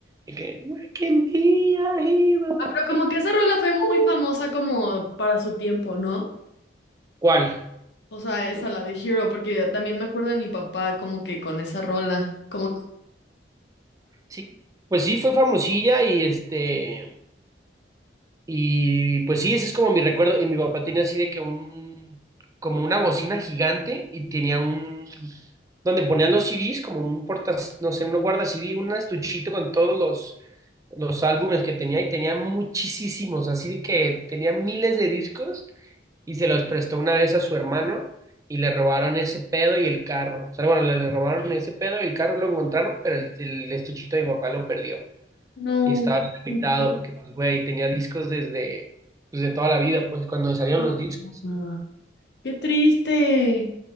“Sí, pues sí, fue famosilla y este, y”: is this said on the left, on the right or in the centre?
Right